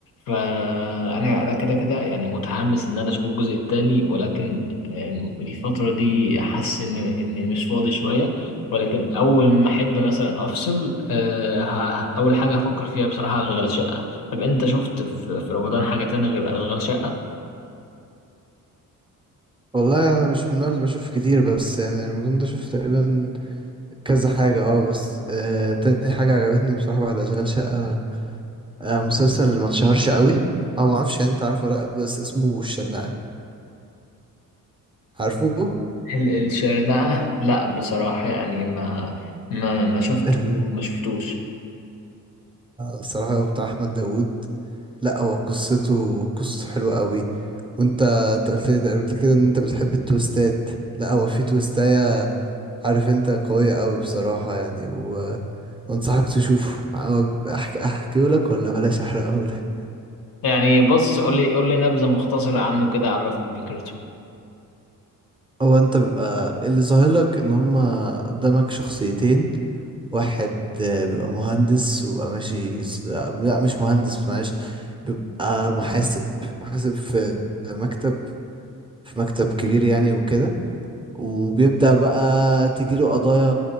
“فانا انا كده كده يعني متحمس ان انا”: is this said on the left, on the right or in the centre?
Left